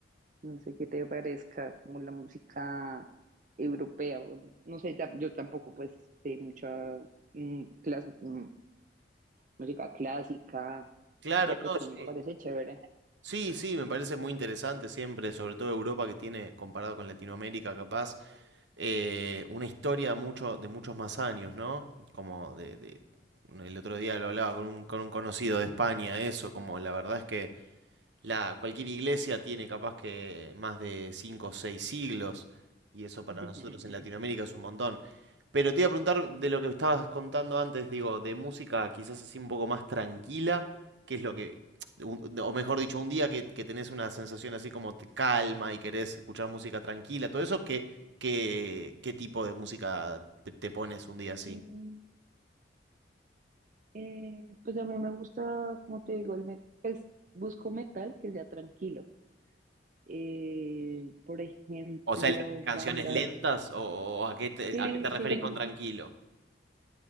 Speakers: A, on the right; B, on the right.
A: No sé qué te parezca como la música europea, bueno, no sé, ya- yo tampoco pues sé mucha mm, clas- mm, música clásica,
B: Claro,
A: pero pues
B: no,
A: sí,
B: sí.
A: me parece chévere.
B: Sí, sí, me parece muy interesante siempre, sobre todo Europa que tiene, comparado con Latinoamérica, capaz, eh, una historia mucho, de muchos más años, ¿no? Como de, de- el otro día lo hablaba con un, con un conocido de España, eso, como la verdad es que La, cualquier iglesia tiene capaz que más de 5 o 6 siglos, y eso para
A: Ujú.
B: <laughs> nosotros en Latinoamérica es un montón. Pero te iba a preguntar de lo que estabas contando antes, digo, de música quizás así un poco más tranquila, que es lo que, un- o mejor dicho, un día que, que tenés una sensación así como te calma y querés escuchar música tranquila, todo eso, ¿qué, qué, qué tipo de música te, te pones un día así?
A: Mm, eh, pues a mí me gusta, como te digo, el met- pues busco metal que sea tranquilo. eh, por ejemplo,
B: O sea, el- canciones
A: bandas,
B: lentas o, o a qué te,
A: sí,
B: a qué te
A: sí.
B: referís con tranquilo.